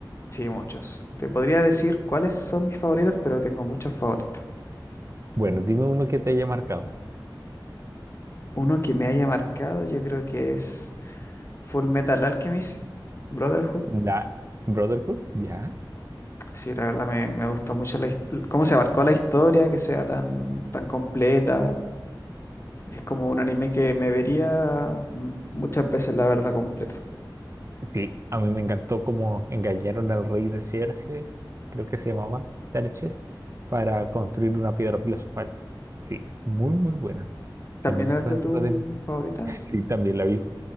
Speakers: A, on the left (about 35°); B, on the right (about 40°).
A: sí, muchos. Te podría decir cuáles son mis favoritos, pero tengo muchos favoritos.
B: Bueno, dime uno que te haya marcado.
A: Uno que me haya marcado, yo creo que es Full Metal Alchemist Brotherhood.
B: La Brotherhood, ya.
A: Sí, la verdad me, me gustó mucho la his- cómo se abarcó la historia, que sea tan, tan completa. Es como un anime que me vería mm, muchas veces, la verdad, completo.
B: Sí, a mí me encantó cómo engañaron al rey de Xerxes, creo que se llamaba Xerxes, para construir una piedra filosofal. Sí, muy, muy buena.
A: ¿También
B: También está
A: es de
B: dentro
A: tus
B: de...
A: favoritas?
B: <laughs> Sí, también la vi.